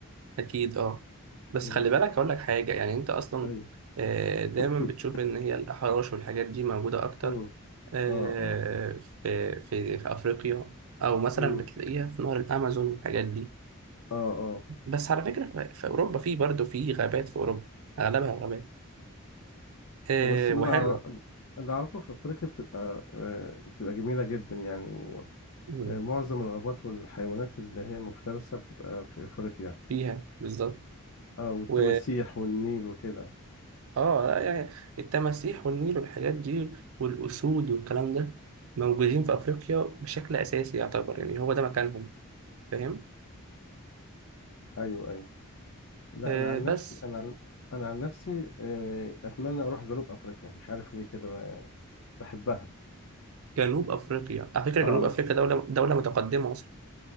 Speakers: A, on the right (about 70°); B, on the left (about 65°).
A: اكيد اه بس
B: اه
A: خلي بالك اقول لك حاجه يعني انت اصلا
B: ايوه
A: آه، دايما
B: <laughs>
A: بتشوف ان هي الاحراش والحاجات دي موجوده اكتر
B: امم
A: آه،
B: اه اه
A: في في في افريقيا او مثلا
B: امم
A: بتلاقيها في نهر الامازون والحاجات دي
B: اه اه
A: بس على فكره في في اوروبا في برضه في غابات في اوروبا اغلبها غابات آه،
B: آه، بس اللي
A: وحلوه
B: انا أعرف... اللي اعرفه في افريقيا بتبقى آه، بتبقى جميلة جدا يعني
A: مم.
B: ومعظم الغابات والحيوانات اللي هي المفترسة بتبقى في افريقيا
A: فيها بالظبط
B: اه والتماسيح
A: و
B: والنيل وكده
A: اه لا يعني التماسيح والنيل والحاجات دي والاسود والكلام ده موجودين في افريقيا بشكل اساسي يعتبر يعني هو ده مكانهم فاهم
B: ايوه ايوه لا
A: آه
B: انا عن
A: بس
B: نفسي انا عن انا عن نفسي آه، اتمنى اروح جنوب افريقيا مش عارف ليه كده آه، بحبها
A: جنوب افريقيا على فكره
B: اه
A: جنوب
B: على
A: افريقيا
B: اساس
A: دوله دوله متقدمه اصلا